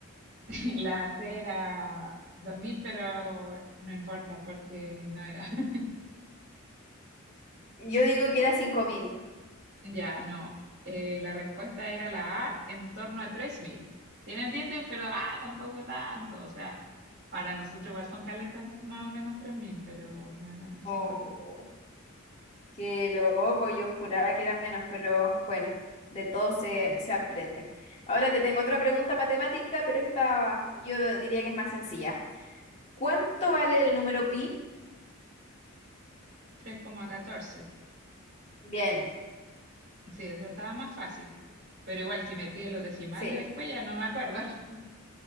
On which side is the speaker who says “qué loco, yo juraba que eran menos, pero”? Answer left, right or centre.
Left